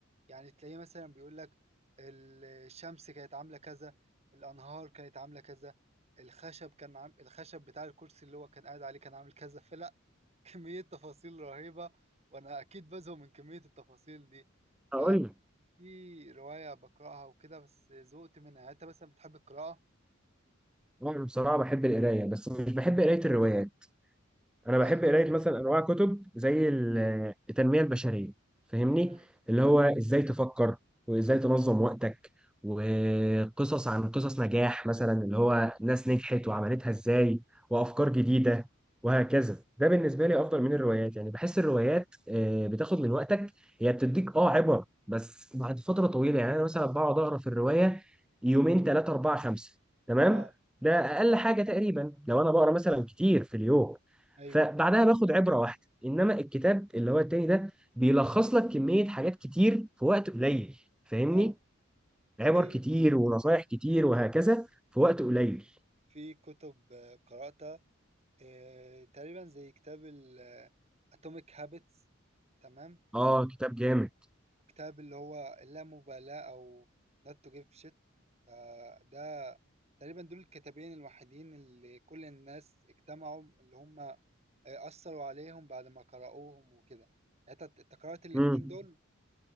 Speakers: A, on the right; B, in the centre.
A: يعني تلاقيه مثلا بيقول لك الشمس كانت عاملة كذا الأنهار كانت عاملة كذا الخشب كان عام الخشب بتاع الكرسي اللي هو كان قاعد عليه كان عامل كذا فلا <laughs> كمية تفاصيل رهيبة وأنا أكيد بزهق من كمية التفاصيل دي
B: هقول لك
A: ففي رواية بقرأها وكده بس زهقت منها يعني أنت مثلا بتحب القراءة؟
B: انا بصراحه بحب القرايه بس مش بحب قرايه الروايات
A: ما
B: انا بحب قرايه مثلا انواع كتب زي ال- التنميه البشريه فاهمني
A: مم.
B: اللي هو ازاي تفكر وازاي تنظم وقتك وقصص عن قصص نجاح مثلا اللي هو ناس نجحت وعملتها ازاي وافكار جديده وهكذا ده بالنسبه لي افضل من الروايات يعني بحس الروايات آه، بتاخد من وقتك هي بتديك اه عبر بس بعد فتره طويله يعني انا مثلا بقعد اقرا في الروايه يومين ثلاثه اربعه خمسه تمام
A: اه
B: ده اقل حاجه تقريبا لو انا بقرا مثلا كتير في اليوم
A: ايوه
B: فبعدها باخد عبره واحده انما الكتاب اللي هو التاني ده بيلخص لك كميه حاجات كتير في وقت قليل فاهمني
A: اه
B: عبر
A: في
B: كتير ونصايح كتير وهكذا في وقت قليل
A: في كتب آه، قرأتها آآ، تقريبًا زي كتاب ال آه، Atomic Habits تمام،
B: اه كتاب جامد
A: وكتاب اللي هو اللامبالاة أو Not to Give a Shit فده تقريبًا دول الكتابين الوحيدين اللي كل الناس اجتمعوا اللي هم آآ، أثّروا عليهم بعد ما قرأوهم وكده، يعني أنت أنت قرأت الاتنين
B: امم
A: دول؟